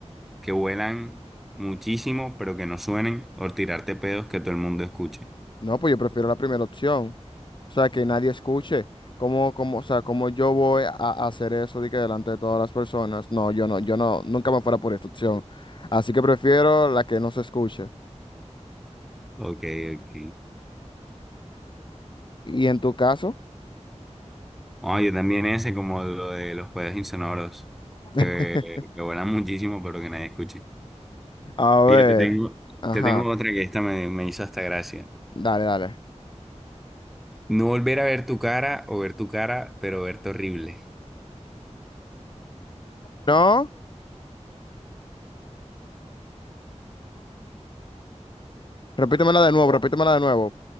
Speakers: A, in the centre; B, on the left (about 45°).
A: que vuelan muchísimo pero que no suenen o tirarte pedos que todo el mundo escuche.
B: No, pues yo prefiero la primera opción. O sea, que nadie escuche. ¿Cómo, cómo, o sea, cómo yo voy a, a hacer eso de que delante de todas las personas? No, yo no, yo no, nunca me fuera por esta opción. Así que prefiero la que no se escuche.
A: Ok, ok.
B: ¿Y en tu caso?
A: Oye, también ese como lo de los pedos insonoros
B: <laughs>
A: que, que vuelan muchísimo pero que nadie escuche.
B: A ver.
A: Fíjate, tengo,
B: Ajá.
A: te tengo otra que esta me, me hizo hasta gracia.
B: Dale, dale.
A: No volver a ver tu cara o ver tu cara, pero verte horrible.
B: No, repítemela de nuevo, repítemela de nuevo.